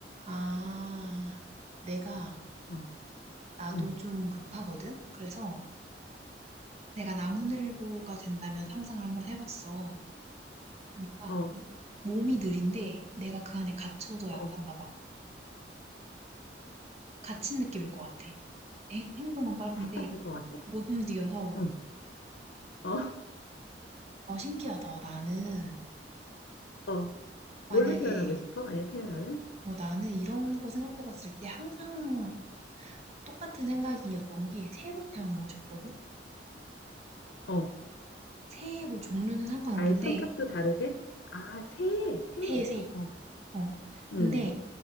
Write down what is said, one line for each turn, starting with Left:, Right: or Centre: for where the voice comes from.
Right: 아. 내가
Left: 어
Right: 나도
Left: 음
Right: 좀 급하거든? 그래서 내가 나무늘보가 된다면 상상을 한번 해봤어. 그러니까
Left: 어
Right: 이 몸이 느린데 내가 그 안에 갇혀도 약간
Left: 어
Right: 나 막 갇힌 느낌일 것 같아. 행- 행동은 빠른데
Left: 답답할 것 같아
Right: 못 움직여서
Left: 응 어
Right: 어 신기하다. 나는
Left: <laughs> 어
Right: 만약에
Left: 뭘로 태어나고 싶어 만약 태어나면
Right: 어 나는 이런 거 생각해봤을 때 항상 똑같은 생각이었던 게 새로 태어나고 싶거든?
Left: 어,
Right: 새 뭐 종류는 상관없는데
Left: 아예 성격도 다르게? 아, 새, 새.
Right: 새새
Left: 어,
Right: 어.
Left: 응.
Right: 근데